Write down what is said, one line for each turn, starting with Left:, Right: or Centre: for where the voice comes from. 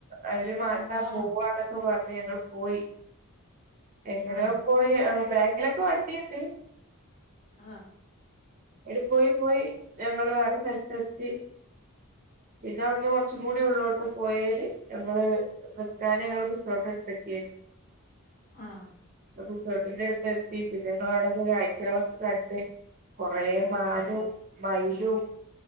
Right: അതിന് മേണ്ട
Left: ആഹ്.
Right: പോവാന്നൊക്കെ പറഞ്ഞ് ഞങ്ങൾ പോയി എങ്ങയോ
Left: ആഹ്.
Right: പോയി ബാക്കിലൊക്കെ വണ്ടിയുണ്ട്
Left: ആ
Right: എടി പോയി പോയി ഞങ്ങൾ വേറെ സ്ഥലത്ത് എത്തി പിന്നെ അവിടുന്ന് കുറച്ച കൂടി ഉള്ളോട്ട് പോയല് ഞങ്ങള് നിക്കാന റിസോർട്ട് എടുത്തക്കായിരുന്നു <inaudible>
Left: ആഹ
Right: റിസോർട്ടിന്റെ അടുത്ത് എത്തി പിന്നെ ഞങ്ങൾ അവിടെ ചിലെ കാഴ്ചകളൊക്കെ കണ്ട് കൊറേ മാനും
Left: അപ്പൊ
Right: മയിലും